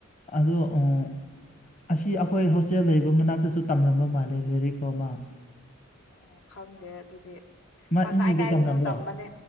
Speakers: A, on the left (about 40°); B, on the left (about 80°).
A: ꯑꯗꯣ ꯑꫭ ꯑꯁꯤ ꯑꯩꯈꯣꯏ ꯍꯣꯁꯇꯦꯜ ꯂꯩꯕ ꯃꯅꯥꯛꯇꯁꯨ ꯇꯝꯂꯝꯕ ꯃꯥꯜꯂꯦ ꯂꯥꯏꯔꯤꯛ ꯑꯃꯥ
B: ꯑꫭ ꯈꯪꯗꯦ ꯑꯗꯨꯗꯤ ꯃꯥ
A: ꯑꯦꯝ
B: ꯀꯥꯏ
A: ꯌꯨꯗ
B: ꯀꯥꯏꯗꯅꯣ
A: ꯇꯝꯔꯝꯕ꯭ꯔꯣ
B: ꯇꯝꯕꯅꯦ